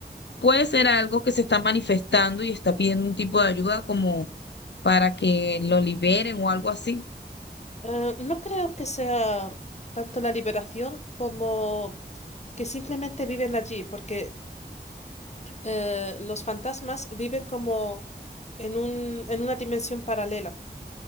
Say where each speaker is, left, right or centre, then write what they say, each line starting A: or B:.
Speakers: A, on the left (about 85°); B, on the left (about 40°).
A: puede ser algo que se está manifestando y está pidiendo un tipo de ayuda como para que lo liberen o algo así.
B: Eh, no creo que sea tanto la liberación como que simplemente viven allí, porque eh, los fantasmas viven como en un, en una dimensión paralela.